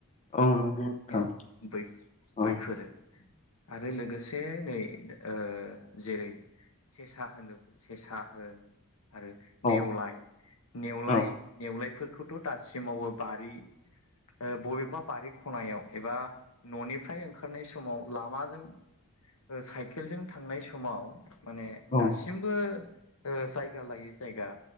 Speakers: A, on the left; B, on the left.
A: औ नंगौ नोंथां
B: औ बै
A: औ
B: बैफोरो आरो लोगोसे नैद ओ जेरै सेसा होनो सेसा होन आरो
A: औ
B: नेवलाय नेवलाय
A: औ
B: नेवलायफोरखौथ' दासिमावबो बारि
A: <inaudible>
B: ओ बबेबा बारि खनायाव एबा न'निफ्राय ओंखारनाय समाव लामाजों ओ साइकेलजों थांनाय समाव माने
A: औ
B: दासिमबो ओ जायगा लायो जायगा